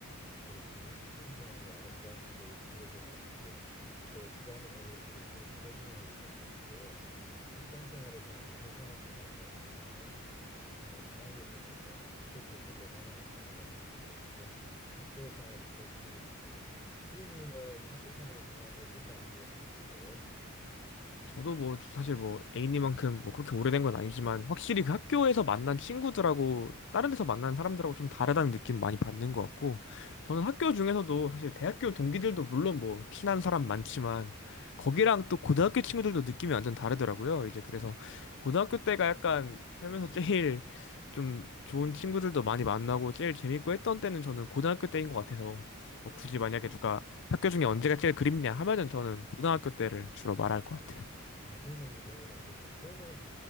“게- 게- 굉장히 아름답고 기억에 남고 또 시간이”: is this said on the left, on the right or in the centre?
Left